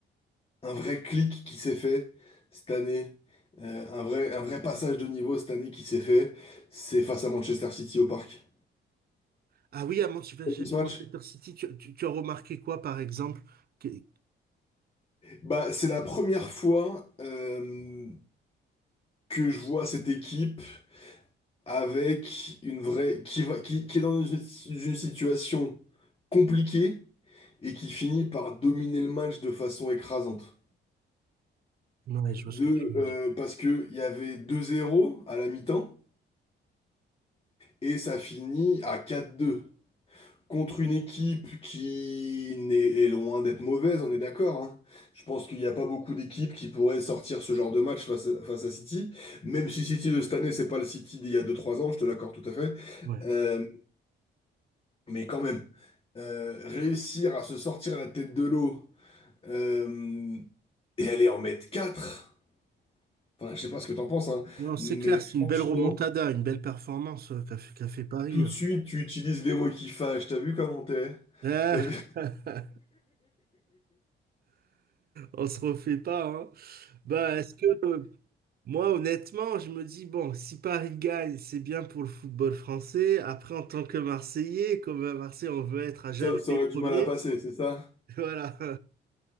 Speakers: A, on the left (about 30°); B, on the right (about 50°).
A: un vrai clic qui s'est fait cette année, euh, un vrai, un vrai passage de niveau cette année qui s'est fait, c'est face à Manchester City au Parc.
B: ah oui, à Manchester
A: De Ce
B: Manchester
A: match,
B: City, tu, tu- tu as remarqué quoi, par exemple? Que-
A: bah, c'est la première fois euh, que je vois cette équipe avec une vraie qui va, qui, qui est dans une, une situation compliquée et qui finit par dominer le match de façon écrasante.
B: Ouais, je vois
A: De,
B: ce que tu veux
A: euh,
B: dire.
A: parce que il y avait deux zéro à la mi-temps et ça finit à quatre deux. Contre une équipe qui n'est- est loin d'être mauvaise, on est d'accord, hein. Je pense qu'il n'y a pas beaucoup d'équipes qui pourraient sortir ce genre de match face à, face à City. Même si City de cette année, c'est pas le City d'il y a deux trois ans, je te l'accorde tout à fait.
B: Ouais.
A: Euh, mais quand même, euh, réussir à se sortir la tête de l'eau euh, et aller en mettre 4. enfin, je sais pas ce que t'en penses, hein,
B: Non,
A: mais
B: c'est clair, c'est une
A: franchement,
B: belle remontada, une belle performance euh, qu'a fait, qu'a fait Paris.
A: tout de
B: hein.
A: suite, tu utilises les mots qui fâchent. T'as vu comment t'es?
B: Euh,
A: T'as vu
B: <laughs> on se refait pas, hein. Bah, est-ce que, euh, Moi, honnêtement, je me dis, bon, si Paris gagne, c'est bien pour le football français. Après, en tant que Marseillais, comme à Marseille, on veut être à jamais
A: Ça, ça
B: les
A: aurait
B: premiers.
A: du mal à passer, c'est ça?
B: <laughs> Voilà.